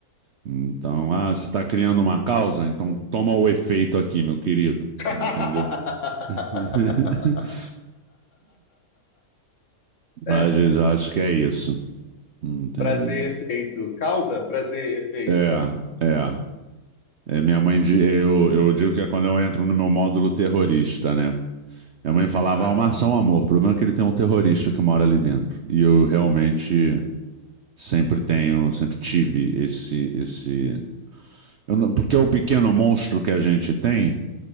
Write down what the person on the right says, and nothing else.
Então, ah, você está criando uma causa, então toma o efeito aqui, meu querido,
entendeu? <laughs>
Às vezes eu acho que é isso, entendeu?
É, é. É, minha mãe, di- eu, eu digo que é quando eu entro no meu módulo terrorista, né? Minha mãe falava,
ah, o Março é um amor. O problema é que ele tem um terrorista que mora ali dentro. E eu realmente Sempre tenho, sempre tive esse, esse. eu não- porque é o pequeno monstro que a gente tem,